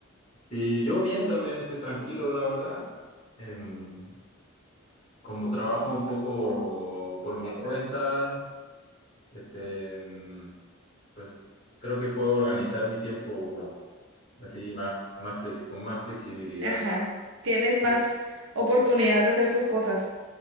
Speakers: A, on the left (about 30°); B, on the right (about 70°).
A: Sí, yo bien también, estoy tranquilo, la verdad. Em, como trabajo un poco por mi cuenta, este, em, pues creo que puedo organizar mi tiempo así más, más flex, con más flexibilidad.
B: Ajá, tienes
A: Sí,
B: más oportunidad de hacer tus cosas.